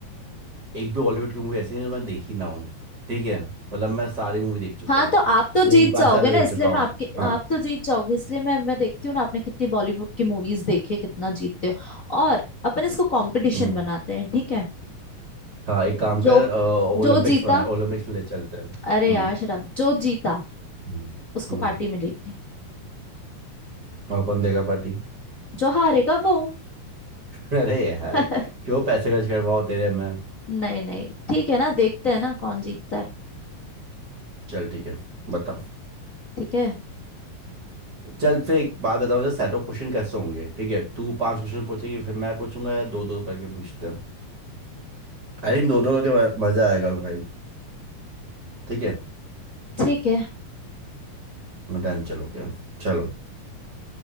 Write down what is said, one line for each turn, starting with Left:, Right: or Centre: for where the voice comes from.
Right: एक भी बॉलीवुड की मूवी ऐसी नहीं जो मैं देखी ना हूँ ठीक है मतलब मैं सारी मूवी देख चुका
Left: हाँ
Right: हूँ
Left: तो आप तो
Right: और
Left: जीत
Right: एक बार
Left: जाओगे
Right: से ज्यादा
Left: ना
Right: देख
Left: इसलिए
Right: चुका
Left: मैं
Right: हूँ
Left: आपके
Right: हाँ
Left: आप तो जीत जाओगे इसलिए मैं मैं देखती हूँ ना आपने कितनी बॉलीवुड की मूवीज देखी है, कितना जीतते हो और अपन इसको कंपटीशन
Right: हम्म
Left: बनाते हैं ठीक है
Right: हाँ एक काम
Left: जो
Right: कर ओलंपिक्स
Left: जो जीता
Right: बना ओलंपिक्स में ले चलते हैं
Left: अरे
Right: हम्म
Left: यार शट अप जो जीता
Right: हम्म
Left: उसको
Right: हम्म।
Left: पार्टी मिलेगी
Right: और कौन देगा पार्टी
Left: जो हारेगा वो
Right: <laughs> अरे यार
Left: <laughs>
Right: क्यों पैसे खर्च करवाओ तेरे में
Left: नहीं नहीं ठीक है ना देखते हैं ना कौन जीतता है
Right: चल ठीक है बता
Left: ठीक है
Right: चल फिर एक बात बताओ जरा सेट ऑफ क्वेश्चन कैसे होंगे ठीक है तू पांच क्वेश्चन पूछेगी फिर मैं पूछूंगा या दो दो करके पूछते हैं आई थिंक दो दो करके म- मजा आएगा भाई ठीक है
Left: ठीक है
Right: डन चलो क्या चलो